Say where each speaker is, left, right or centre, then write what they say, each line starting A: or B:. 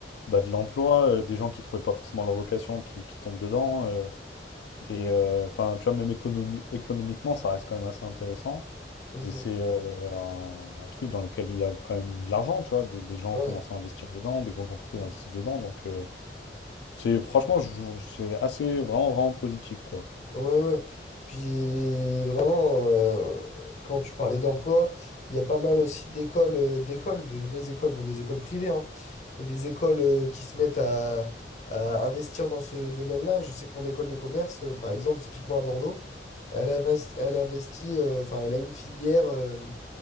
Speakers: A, on the left; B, on the left.
A: bah, de l'emploi, euh, des gens qui trouvaient pas forcément leur vocation, qui, qui tombent dedans. euh, et euh, enfin, tu vois, même économi- économiquement, ça reste quand même assez intéressant.
B: Mhm.
A: Et c'est euh, un, un truc dans lequel il y a quand même de l'argent, tu vois. Des, des gens
B: Ouais.
A: commencent à investir dedans, des grosses entreprises
B: Mmh.
A: investissent dedans. Donc, euh, c'est franchement, je- je- c'est assez vraiment, vraiment positif, quoi.
B: Ouais, ouais. Puis vraiment, euh, quand tu parlais d'emploi, il y a pas mal aussi d'écoles, euh, d'écoles, de vraies écoles, bon, des écoles privées, hein, mais des écoles euh, qui se mettent à, à investir dans ce domaine-là. Je sais que mon école de commerce, euh, par exemple, typiquement à Bordeaux, elle investi, elle investit, euh, enfin, elle a une filière euh,